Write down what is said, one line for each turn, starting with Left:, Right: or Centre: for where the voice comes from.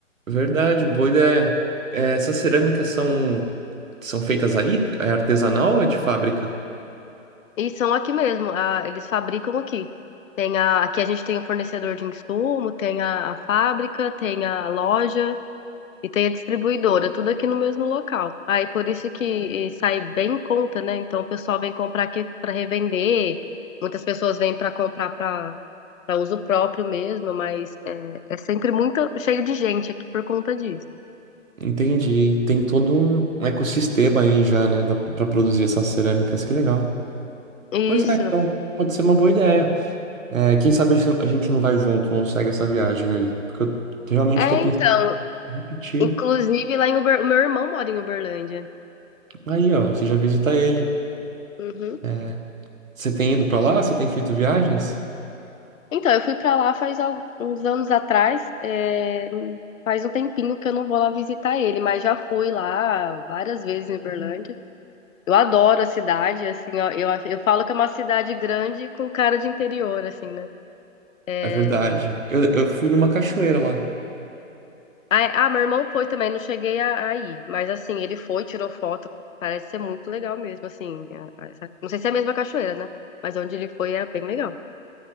Right: Verdade, boa ideia. É, Essas cerâmicas são, são feitas aí? É artesanal ou é de fábrica?
Left: E são aqui mesmo, ah, eles fabricam aqui. Tem a, aqui a gente tem o fornecedor de insumo, tem a, a fábrica, tem a loja, E tem a distribuidora, tudo aqui no mesmo local. Aí por isso que e sai bem em conta, né? Então o pessoal vem comprar aqui para revender, muitas pessoas vêm para comprar para para uso próprio mesmo, mas é, é sempre muito cheio de gente aqui por conta disso.
Right: Entendi. Tem todo um um ecossistema aí já, né, da- Pra produzir essas cerâmicas. Que legal.
Left: Isso.
Right: Pois é, então pode ser uma boa ideia. É, quem sabe se a gente não vai junto, não segue essa viagem aí. Porque eu realmente
Left: É,
Right: tô pensando
Left: então,
Right: em repetir.
Left: inclusive lá em Uber, o meu irmão mora em Uberlândia.
Right: Aí, ó, você já visita ele.
Left: Uhum.
Right: É, você tem ido pra lá? Você tem feito viagens?
Left: Então, eu fui pra lá faz al- uns anos atrás, é, em- faz um tempinho que eu não vou lá visitar ele, mas já fui lá várias vezes em Uberlândia. Eu adoro a cidade, assim, ó, eu, eu falo que é uma cidade grande com cara de interior, assim, né? É...
Right: É verdade. Eu, eu fui numa cachoeira lá.
Left: Ah, ah, meu irmão foi também, não cheguei a, a ir, mas assim, ele foi, tirou foto, parece ser muito legal mesmo, assim. a- a- essa- Não sei se é a mesma cachoeira, né? Mas onde ele foi era bem legal.